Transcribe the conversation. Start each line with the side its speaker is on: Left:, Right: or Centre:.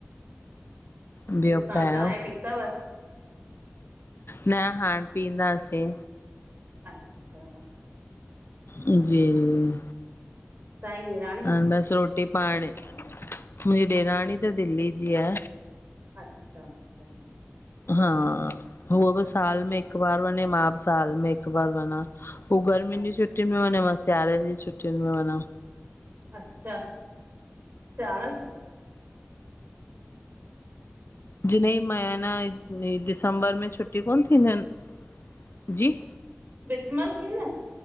Left: ॿियो ॿुधायो,
Right: तव्हां चांहि पीतव
Left: न हाणे पीअंदासे
Right: अचछा
Left: जीअं
Right: <inaudible> ताई हिरान
Left: हा बसि रोटी पाणी, मुंजी ॾेराणी त दिल्ली जी आ
Right: अच्छा कल
Left: हा उह बि साल में हिकु बार वञे, मां बि साल में हिकु बार वञा हूं गर्मिनि
Right: अच्छा
Left: जी छुट्टुनि में वञे, मां सिआारे जी छुटियुनि में वञा
Right: अच्छा, चारि
Left: जिने माना दिसंबर में छुटी कोन थींदियूं हिनि, जी
Right: क्रिसमस जी न